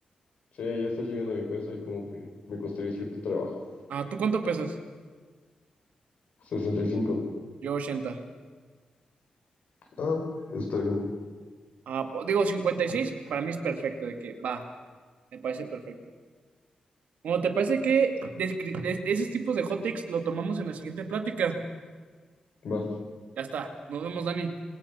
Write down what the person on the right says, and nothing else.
Ah, ¿tú cuánto pesas?
Yo 80.
Ah, po- digo 56. para mí es perfecto, de que va, me parece perfecto. Bueno, ¿te parece que descri- de, de esos tipos de hot takes lo tomamos en la siguiente plática?
Ya está, nos vemos, Dani.